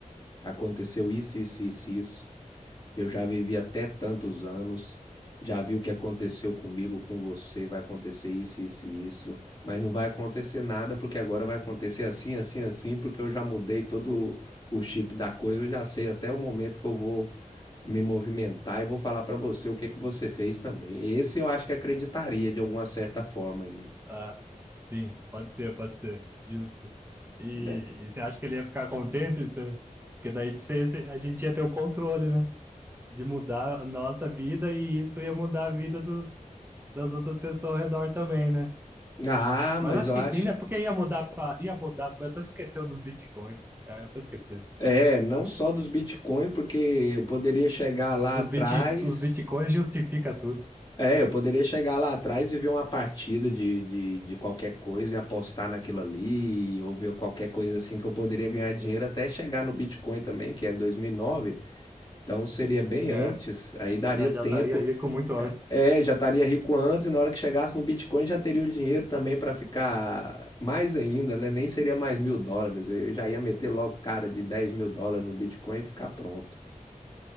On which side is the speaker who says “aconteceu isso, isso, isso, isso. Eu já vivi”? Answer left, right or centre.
Left